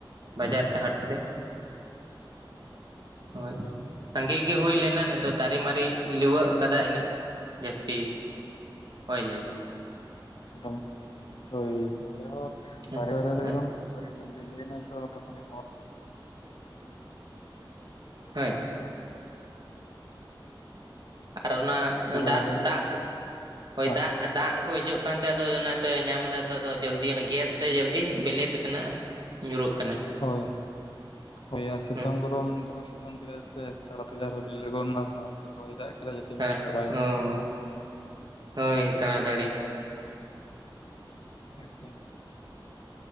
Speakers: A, on the right; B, on the left.
A: ᱵᱟᱡᱟᱨ ᱛᱮ ᱦᱟᱴ ᱛᱮ ᱦᱳᱭ, ᱥᱟᱸᱜᱮ ᱜᱮ ᱦᱳᱭ ᱞᱮᱱᱟ ᱱᱮᱫᱚ ᱫᱟᱨᱮ ᱢᱟᱨᱤ ᱞᱤᱣᱟᱹᱜ ᱠᱟᱫᱟ ᱤᱱᱟᱹᱜ ᱡᱟᱹᱥᱛᱤ ᱦᱳᱭ ᱞᱮᱱᱟ
B: ᱮᱠᱫᱚᱢ ᱦᱳᱭ ᱟᱞᱮ ᱦᱚᱸ <unintelligible>
A: ᱦᱮᱸ
B: ᱫᱚ
A: ᱦᱳᱭ
B: ᱮᱠᱫᱚᱢ ᱯᱟᱹᱦᱤᱞ ᱵᱤᱞᱤᱮᱱᱟ ᱛᱚᱠᱷᱚᱱ ᱦᱚ
A: ᱦᱳᱭ ᱟᱨ ᱚᱱᱟ
B: ᱤᱫᱤ ᱵᱟᱲᱟ
A: ᱫᱟᱜᱛᱩ
B: ᱦᱩᱭᱱᱟ ᱠᱟᱹᱴᱤᱡ
A: ᱫᱟᱜ ᱦᱳᱭ
B: ᱟᱨ
A: ᱫᱟᱜ ᱫᱟᱜ ᱠᱚ ᱦᱤᱡᱩᱜ ᱠᱟᱱᱛᱮ ᱟᱫᱚ ᱚᱱᱟᱛᱮ ᱧᱟᱢᱫᱟ ᱟᱫᱚ ᱡᱟᱞᱫᱤ ᱚᱱᱟ ᱜᱮᱥ ᱛᱮ ᱡᱟᱹᱞᱫᱤ ᱵᱮᱞᱮᱛ ᱠᱟᱱᱟ ᱧᱩᱨᱩᱜ ᱠᱟᱱᱟ
B: ᱦᱳᱭ ᱦᱳᱭᱟ ᱥᱤᱛᱩᱝ
A: ᱦᱮᱸ
B: ᱜᱚᱨᱚᱢ ᱫᱚᱢᱮ ᱥᱤᱛᱩᱝ ᱠᱮᱫᱟᱭ ᱥᱮ ᱛᱟᱲᱟᱛᱟᱹᱲᱤ ᱟᱨᱦᱚ ᱵᱮᱞᱮ ᱜᱚᱫᱱᱟ ᱥᱟᱶᱛᱮ ᱦᱚᱭ ᱫᱟᱜ ᱠᱮᱫᱟᱭ ᱡᱷᱚᱛᱚ ᱧᱩᱨ
A: ᱛᱟᱲᱟ
B: ᱪᱟᱵᱟᱭᱮᱱᱟ
A: ᱦᱳᱭ ᱦᱳᱭ ᱛᱟᱲᱟᱛᱟᱹᱲᱤ
B: ᱮᱠᱫᱚᱢ,